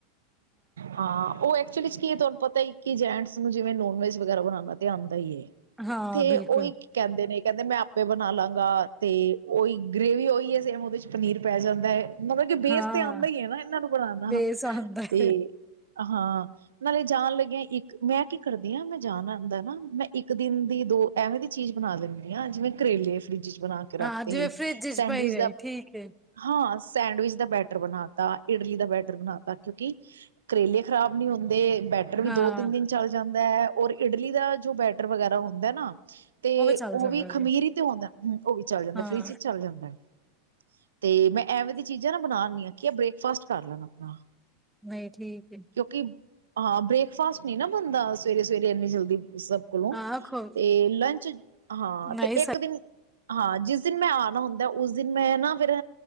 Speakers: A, on the right; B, in the centre.
A: ਹਾਂ ਉਹ ਐਕਚੁਲੀ ਚ ਕੀ ਹੈ। ਤੁਹਾਨੂੰ ਪਤਾ ਹੀ ਕਿ ਜੈਂਟਸ ਨੂੰ ਜਿਵੇਂ ਨੋਨ ਵੈਜ। ਵਗੈਰਾ ਬਣਾਉਣਾ ਤੇ ਆਉਂਦਾ ਹੀ ਹੈ।
B: ਹਾਂ
A: ਤੇ
B: ਬਿਲਕੁਲ
A: ਉਹਹੀ ਕਹਿੰਦੇ ਨੇ ਕਹਿੰਦੇ ਮੈਂ ਆਪੇ ਬਣਾ ਲਾਂਗਾ। ਤੇ ਉਹੀ ਗ੍ਰੇਵੀ ਉਹੀ ਹੈ। ਸੇਮ ਉਹਦੇ ਚ ਪਨੀਰ ਪੈ ਜਾਂਦਾ ਹੈ। ਮਤਲਬ ਕਿ ਬੇਸ
B: ਹਾਂ
A: ਤੇ ਆਉਂਦਾ ਹੀ ਹੈ ਨਾ। ਇਹਨਾਂ ਨੂੰ ਬਣਉਂਦਾ
B: ਬੇਸ
A: ਹਾਂ।
B: ਆਉਂਦਾ
A: ਤੇ
B: ਹੈ
A: ਹਾਂ ਨਾਲੇ ਜਾਣ ਲੱਗਿਆ। ਇੱਕ ਮੈਂ ਕੀ ਕਰਦੀ ਹਾਂ। ਮ ਜਿਆਦਾ ਹੁੰਦਾ ਨਾ। ਮੈਂ ਇੱਕ ਦਿਨ ਦੀ ਦੋ ਐਵੇਂ ਦੀ ਚੀਜ਼ ਬਣਾ ਲੈਂਦੀ ਹਾਂ। ਜਿਵੇਂ ਕਰੇਲੇ ਫਰਿੱਜ ਚ ਬਣਾ ਕੇ ਰੱਖਦੇ।
B: ਹਾਂ ਜਿਵੇਂ ਫਰਿੱਜ ਚ
A: ਸੈਂਡਵਿਚ
B: ਪਈ ਰਹੇ
A: ਦਾ
B: ਠੀਕ ਹੈ
A: ਹਾਂ ਸੈਂਡਵਿਚ ਦਾ ਬੈਟਰ ਬਣਾ ਤਾ, ਇਡਲੀ ਦਾ ਬੈਟਰ ਬਣਾ ਤਾ। ਕਿਉਂਕਿ? ਕਰੇਲੇ ਖਰਾਬ ਨੀ ਹੁੰਦੇ। ਬੈਟ ਬੈਟਰ ਵੀ
B: ਹਾਂ
A: ਦੋ ਤਿੰਨ ਦਿਨ ਚੱਲ ਜਾਂਦਾ ਹੈ। ਔਰ ਇਡਲੀ ਦਾ ਜੋ ਬੈਟਰ ਵਗੈਰਾ ਹੁੰਦਾ ਨਾ? ਤੇ
B: ਚੱਲ
A: ਉਹ
B: ਜਾਂਦਾ
A: ਵੀ
B: ਵੇ
A: ਖਮੀਰ ਹੀ ਤੇ ਹੁੰਦਾ ਹੈ। ਉਹ ਵੀ ਚੱਲ ਜਾਂਦਾ,
B: ਹਾਂ
A: ਫ੍ਰਿਜ ਚ ਚੱਲ ਜਾਂਦਾ ਹੈ। ਤੇ ਮੈਂ ਐਵੇਂ ਦੀ ਚੀਜ਼ਾਂ ਨਾ ਬਣਾ ਆਨੀਆ। ਕੇ ਬ੍ਰੇਕਫਾਸਟ ਕਰ ਲੈਣ ਆਪਣਾ।
B: ਨਹੀਂ ਠੀਕ ਹੈ
A: ਕਿਉਂਕਿ ਹਾਂ ਬ੍ਰੇਕਫਾਸਟ ਨੀ ਨਾ ਬਣਦਾ ਸਵੇਰੇ ਸਵੇਰੇ ਇੰਨੀ ਜਲਦੀ। ਸ ਕੋਲੋਂ।
B: ਹਾਂ ਖੋ
A: ਤੇ ਲੰਚ ਹਾਂ
B: ਨਹੀਂ
A: ਤੇ
B: ਸ
A: ਇੱਕ ਦਿਨ? ਹਾਂ ਜਿਸ ਦਿਨ ਮੈਂ ਆਉਣਾ ਹੁੰਦਾ। ਉਸ ਦਿਨ ਮੈਂ ਨਾ ਫੇਿਰ?